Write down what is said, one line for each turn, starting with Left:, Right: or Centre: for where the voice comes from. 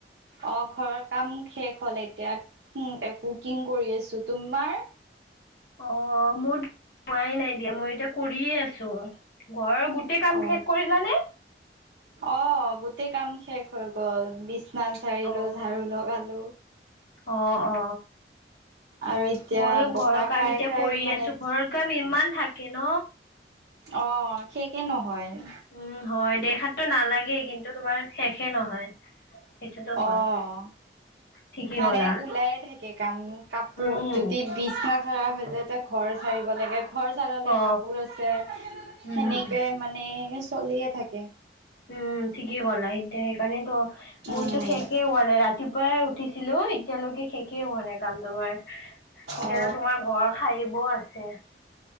Right: অ ঘৰৰ কাম শেষ হল এতিয়া একো কুকিং কৰি আছো তোমাৰ
Left: অ মোৰ হোৱাই নাই দিয়া মই এতিয়া কৰিয়ে আছো ঘৰৰ গোটেই কাম
Right: অ
Left: শেষ কৰিল নে
Right: অ গোটেই কাম শেষ হৈ গল বি ধান জাৰিলো
Left: অ
Right: ঝাৰু লগালো
Left: অ অ
Right: আৰু এতিয়া
Left: ময়ো ঘৰৰ
Right: বতাহ
Left: কাম
Right: খাই
Left: এতিয়া
Right: খাই
Left: কৰি
Right: মানে
Left: আছো ঘৰৰ কাম ইমান থাকে ন
Right: অ শেষৰ নহয়
Left: উম হয় দে দেখাতটো নালাগেই কিন্তু তোমাৰ শেষে নহয় সেইটোতো হয়
Right: অ
Left: ঠিকেই
Right: মানে
Left: ক'লা
Right: উলাই থাকে কাম কাপোৰ
Left: উম
Right: যদি বিচনা ধৰা হৈ যে যায়‌ এতিয়া ঘৰ চাৰিব লাগে ঘৰ জাৰলে
Left: অ
Right: কাপোৰ আছে
Left: উম
Right: সেনেকে মানে চলিয়ে থাকে
Left: উম ঠিকেই ক'লা এতিয়া সেইকাৰণেই তো মোৰতো
Right: উম
Left: শেষে হোৱা নাই ৰাতিপুৱাই উঠিছ উঠিছিলো এতিয়ালৈকে শেষেই হোৱা নাই কাম তোমাৰ এতিয়ালো
Right: অ
Left: তোমাৰ ঘৰ সাৰিব আছে ছে